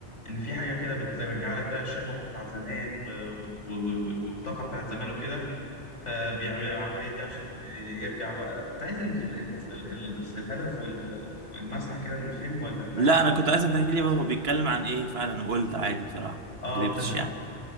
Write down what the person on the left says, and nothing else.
ان في حاجه كده بترجع لك بقى الشغف بتاع زمان و- والط- و- و- والطاقه بتاعت زمان وكده فبيعمل العمليه دي عشان يرجع بقى انت عايز ال... ال... المف... ال... ال... الهدف وال... والمسعى كده من الفيلم ولا انت
عايز الاحساس
اه
تمام